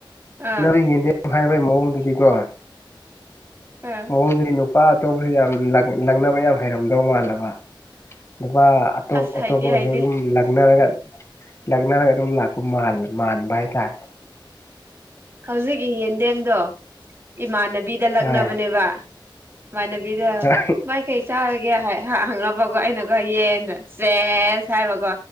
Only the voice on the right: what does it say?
ꯑꯥ
ꯑꯥ
ꯑꯁ
ꯍꯩꯇꯦ ꯍꯩꯇꯦ
ꯍꯧꯖꯤꯛꯀꯤ ꯌꯦꯟꯗꯦꯝꯗꯣ ꯏꯃꯥꯟꯅꯕꯤꯗ ꯂꯛꯅꯕꯅꯦꯕ
ꯃꯥꯟꯅꯕꯤꯗ
ꯕꯥꯏ ꯀꯩ ꯆꯥꯔꯒꯦ ꯍꯥꯏ ꯍꯥ ꯍꯪꯔꯛꯕꯀꯣ ꯑꯩꯅꯀꯣ ꯌꯦꯟ ꯁꯦꯁ ꯍꯥꯏꯕꯀꯣ